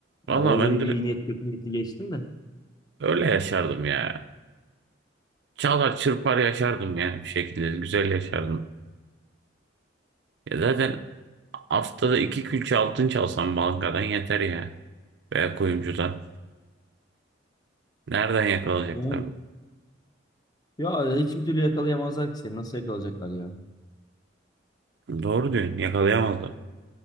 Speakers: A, on the right; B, on the left.
A: Valla
B: Yani olduğu
A: ben
B: gibi
A: de
B: iyi niyet kötü niyeti geçtim de.
A: öyle yaşardım ya. Çalar çırpar yaşardım yani bir şekilde. Güzel yaşardım. Ya zaten haftada iki külçe altın çalsam bankadan yeter ya. Veya kuyumcudan. Nereden yakalayacaklar?
B: Yani ya hiçbir türlü yakalayamazlar ki seni. Nasıl yakalayacaklar ya?
A: Doğru diyorsun. Yakalayamazlar.